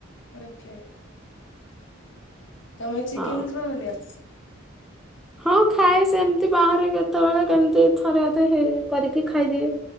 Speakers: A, on the left; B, in the centre.
A: ଓକେ। ତମେ ଚିକେନ
B: ହଁ।
A: ଖାଅନା?
B: ହଁ ଖାଏ ସେମିତି ବାହାରେ କେତେବେଳେ କେମତି ଥରେଅଧେ ହେଇ କରିକି ଖାଇଦିଏ।